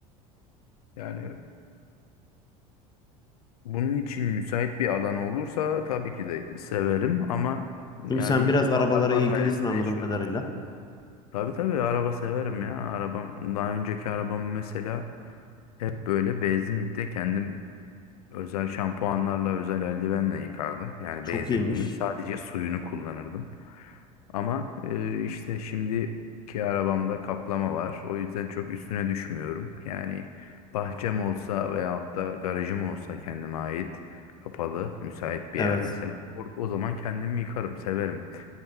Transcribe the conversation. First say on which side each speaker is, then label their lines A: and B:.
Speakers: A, on the left; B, on the left.
A: Yani bunun için müsait bir alan olursa tabii ki de severim ama yani
B: Çünkü sen biraz arabalara
A: apartman
B: ilgilisin
A: dairesinde
B: anladığım
A: yaşıyorum.
B: kadarıyla.
A: Tabii tabii araba severim ya. Arabam daha önceki arabam mesela hep böyle benzinlikte kendim özel şampuanlarla özel eldivenle yıkardım. Yani
B: Çok
A: benzinliğin
B: iyiymiş.
A: sadece suyunu kullanırdım. Ama e, işte şimdiki arabamda kaplama var. O yüzden çok üstüne düşmüyorum. Yani bahçem olsa veyahut da garajım olsa kendime ait kapalı müsait bir
B: Evet.
A: yer mesela. O, o zaman kendimi yıkarım severim.